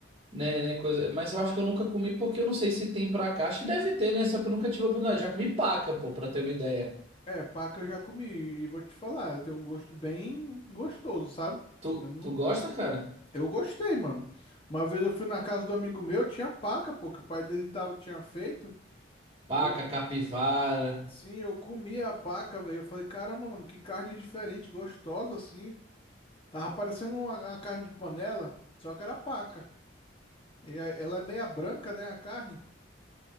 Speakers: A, on the right (about 30°); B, on the left (about 30°).
A: né, né, coisa. Mas eu acho que eu nunca comi porque eu não sei se tem pra cá. Acho que deve ter, né? Só que eu nunca tive a oportunidade. Já comi paca, pô, pra ter uma ideia.
B: é, paca eu já comi e vou te falar, eu tenho um gosto bem gostoso, sabe?
A: Tu,
B: Eu não
A: tu gosta, cara?
B: Eu gostei, mano. Uma vez eu fui na casa do amigo meu, tinha paca, pô, que o pai dele tava, tinha feito.
A: Paca,
B: Eu
A: capivara.
B: Sim, eu comi a paca, velho. Eu falei, caramba, mano, que carne diferente, gostosa assim. Tava parecendo uma, uma carne de panela, só que era paca. E a- ela é meia branca, né, a carne,